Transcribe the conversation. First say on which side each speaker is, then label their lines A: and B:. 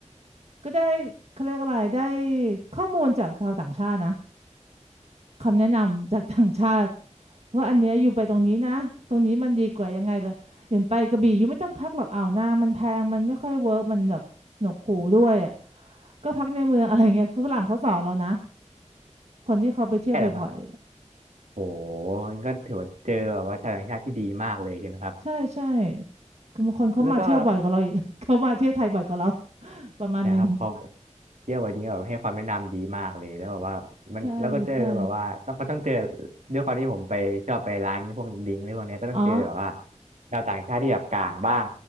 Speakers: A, on the right (about 60°); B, on the right (about 75°).
A: ก็ได้เขาเรียกอะไรได้ข้อมูลจากชาวต่างชาตินะคำแนะนำจากต่างชาติว่าอันเนี้ยอยู่ไปตรงนี้นะตรงนี้มันดีกว่ายังไงเลยอย่างไปกระบี่ยูไม่ต้องพักหรอกอ่าวนางมันแพงมันไม่ค่อยเวิร์กมันแบบหนวกหูด้วยอะก็พักในเมืองอะไรเงี้ยฝรั่งเขาสอนเรานะ คนที่เขาไปเที่ยวบ่อย
B: ใช่แล้วครับโหนี่ก็ถือว่าเจอแบบว่าชาวต่างชาติที่ดีมากเลยใช่ไหมครับ
A: ๆใช่ใช่คือบางคนเขามาเที่ยวบ่อยกว่าเราอีก
B: แล้วก็
A: <laughs> เขามาเที่ยวไทยบ่อยกว่าเราประมาณหนึง
B: นะครับเขาเที่ยววันนี้แบบให้ความแนะนำดีมากเลยแล้วแบบว่ามันแล้วก็เจอแบบว่าต้องก็ต้องเจอ
A: ใช่ใช่
B: ด้วยความที่ผมไปชอบไปร้านพวกดิงก์อะไรพวกเนี้ยก็ต้องเจอแบบว่า
A: อ๋อ
B: ชาวต่างชาติที่แบบกลางบ้าง